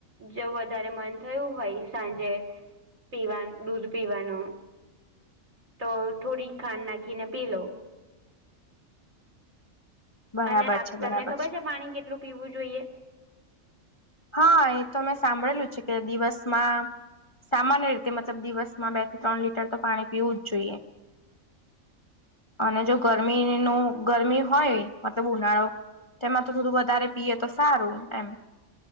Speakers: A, on the right (about 70°); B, on the left (about 25°).
A: જો વધારે મન થયું હોય સાંજે પીવા દૂધ પીવાનું તો થોડીક ખાંડ નાખીને પી લો
B: બરાબર
A: અને આપ
B: છે
A: તમને
B: બરાબર
A: ખબર છે પાણી કેટલું પીવું જોઈએ.
B: હા એ તો મેં સાંભળેલું છે કે દિવસમાં સામાન્ય રીતે મતલબ દિવસમાં બે થી ત્રણ લીટર તો પાણી પીવું જ જોઈએ. અને જો ગરમી ન ગરમી હોય મતલબ ઉનાળો તેમાં તો થોડું વધારે પીએ તો સારું એમ